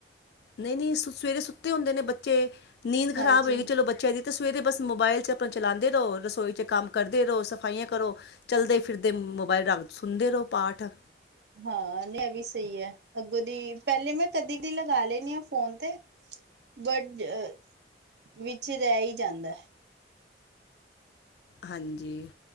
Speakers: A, on the left; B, on the right.
A: ਨਹੀਂ ਨਹੀਂ ਸਵੇਰੇ ਸੁੱਤੇ ਹੁੰਦੇ ਨੇ ਬੱਚੇ ਨੀਂਦ
B: ਹਾਂਜੀ
A: ਖ਼ਰਾਬ ਹੋਏਗੀ ਚਲੋ ਬੱਚਿਆਂ ਦੀ ਤੇ ਸਵੇਰੇ ਬਸ ਮੋਬਾਈਲ 'ਚ ਆਪਣਾ ਚਲਉਦੇ ਰਹੋ ਰਸੋਈ 'ਚ ਕੰਮ ਕਰਦੇ ਰਹੋ ਸਫਾਈਆਂ ਕਰੋ। ਚਲਦੇ ਫਿਰਦੇ ਮੋਬਾਈਲ ਰ ਸੁਣਦੇ ਰਹੋ ਪਾਠ ਆ।
B: ਹਾਂ, ਨਹੀ ਐਵੀ ਸਹੀ ਐ, ਅੱਗੋਂ ਦੀ ਪਹਿਲੇ ਮੈਂ ਕਦੀ ਲਗਾ ਲੇਨੀ ਆ ਫੋਨ ਤੇ। ਬ ਅਹ, ਵਿੱਚ ਰਹਿ ਹੀ ਜਾਂਦੈ।
A: ਹਾਂਜੀ।